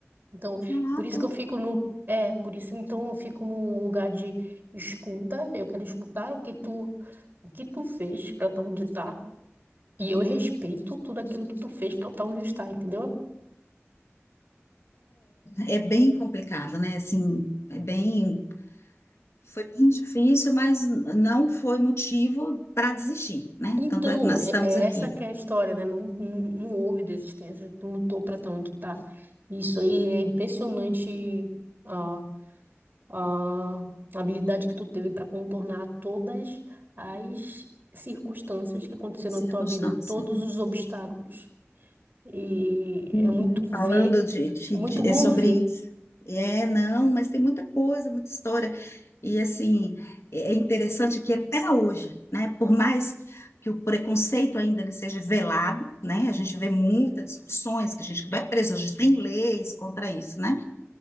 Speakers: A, on the right; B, on the left.
A: Então,
B: Exato.
A: por isso que eu fico no, é, por isso então eu fico num lugar de escuta, eu quero escutar o que tu, o que tu fez para estar onde tá, e eu respeito tudo aquilo que tu fez para estar onde está, entendeu?
B: É, é bem complicado, né? Assim, é bem, foi bem difícil, mas não foi motivo para desistir, né?
A: Então,
B: Tanto é que nós
A: é,
B: estamos
A: é
B: aqui,
A: essa que é a história, né? Não, não, não houve desistência, tu lutou para estar onde tá. Isso aí é impressionante a, a habilidade que tu teve para contornar todas as circunstâncias que aconteceram
B: circunstância.
A: na tua vida, todos os obstáculos. E
B: Hum,
A: é muito
B: hum,
A: ver,
B: Falando de, de-
A: é muito
B: de-
A: bom
B: é sobre
A: ver.
B: isso. É, não, mas tem muita coisa, muita história. E assim, é é interessante que até hoje, né? Por mais que o preconceito ainda ele seja velado, né? A gente vê muitas discussões que a gente que vai preso, a gente tem leis contra isso, né?